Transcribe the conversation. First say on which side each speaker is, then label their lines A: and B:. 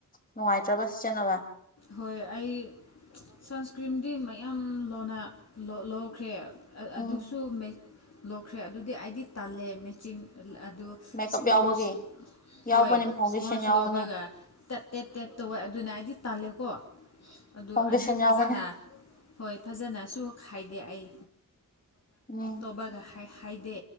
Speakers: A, on the left; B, on the left.
A: ꯅꯨꯡꯉꯥꯏꯇ꯭ꯔꯕ ꯁꯤꯖꯤꯟꯅꯕ
B: ꯍꯣꯏ ꯑꯩ ꯁꯟꯁꯀ꯭ꯔꯤꯟꯗꯤ ꯃꯌꯥꯝ ꯂꯣꯟꯅ ꯂꯧꯈ꯭ꯔꯦ
A: ꯎꯝ
B: ꯑꯗꯨꯁꯨ ꯂꯣꯛꯈ꯭ꯔꯦ ꯑꯗꯨꯗꯤ ꯑꯩꯗꯤ ꯇꯜꯂꯦ ꯃꯦꯆꯤꯟ ꯑꯗꯣ
A: ꯃꯦꯀꯞ
B: ꯏꯁꯄꯣꯟꯁ
A: ꯌꯥꯎꯕꯒꯤ ꯌꯥꯎꯕꯅꯦ
B: ꯍꯣꯏ
A: ꯐꯥꯎꯟꯗꯦꯁꯟ
B: ꯏꯁꯄꯣꯟꯁ
A: ꯌꯥꯎꯕꯅꯦ
B: ꯂꯧꯕꯒ ꯇꯞ ꯇꯦꯞ ꯇꯞ ꯇꯋ ꯑꯗꯨꯅ ꯑꯩꯗꯤ ꯇꯥꯂꯦ ꯀꯣ ꯑꯗꯨ
A: ꯐꯥꯎꯟꯗꯦꯁꯟ
B: ꯑꯗꯨꯗꯤ ꯐꯖꯅ
A: ꯌꯥꯎꯕꯅꯦ
B: ꯍꯣꯏ ꯐꯖꯅꯁꯨ ꯍꯥꯏꯗꯦ ꯑꯩ
A: ꯎꯝ
B: ꯇꯧꯕꯒ ꯍꯥꯏꯗꯦ